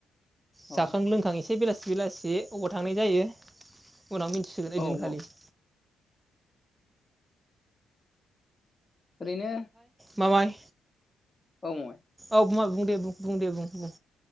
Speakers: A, on the right (about 15°); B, on the left (about 25°).
A: जाखां
B: औ
A: लोंखां एसे एसे बेलासि बेलासि अबाव थांनाय जायो उनाव मिथिसिगोन ओइ
B: औ
A: दिनखालि
B: औ
A: <inaudible>
B: ओरैनो
A: मामाइ
B: औ मामाय
A: औ मा बुंदे बुं बुंदे बुं बुं